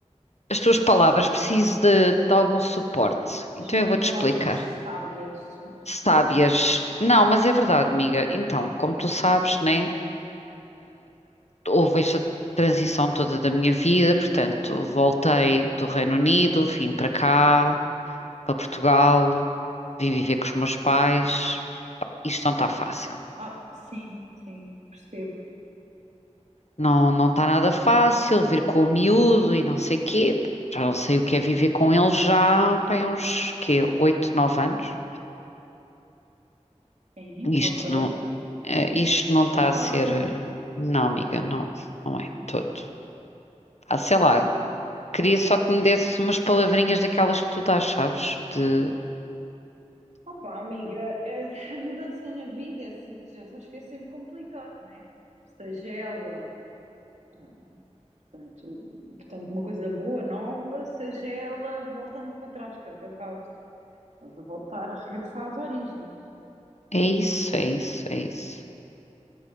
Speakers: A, on the left; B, on the right.
A: as tuas palavras, preciso de, de algum suporte. Então
B: As minhas
A: eu vou-te
B: palavras
A: explicar.
B: sábias. <laughs> Ah,
A: Sábias.
B: Desculpa.
A: Não, mas é verdade, amiga. Então, como tu sabes, né? Houve esta transição toda da minha vida, portanto, voltei do Reino Unido, vim para cá. para Portugal, vim viver com os meus pais. Isto não está fácil.
B: Ah, sim, sim, percebo.
A: Não, não está nada fácil vir com o miúdo e não sei quê. Já não sei o que é viver com ele já, bem, há uns quê, oito, nove anos.
B: Sim, ok.
A: Isto não, eh, isto não
B: Não
A: está
B: é fácil.
A: a ser. eh, Não, amiga, não, não é todo. Ah, sei lá, queria só que me desse umas palavrinhas daquelas que tu dás, sabes? De
B: Opa, amiga, é- a mudança na vida, é, se- já sabes que é sempre complicado, né? Seja ela, ah, portanto, portanto, uma coisa boa, nova, seja ela voltando para trás, que é o teu caso. Estás a voltar a regressar às origens.
A: é isso, é isso, é isso.